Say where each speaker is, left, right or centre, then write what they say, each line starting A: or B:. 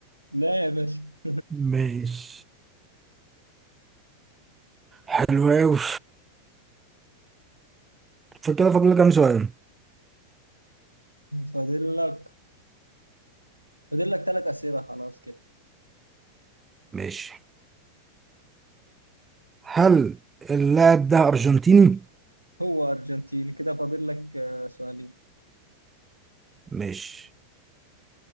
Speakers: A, on the right; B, on the right.
A: لا يا باشا <laughs>
B: ماشي حلو أوي فكده فاضل لي كام سؤال
A: فاضل لك فاضل لك ثلاث أسئلة خلاص كده
B: ماشي هل اللاعب ده أرجنتيني؟
A: هو أرجنتيني كده فاضل لك آه، سؤالين
B: مش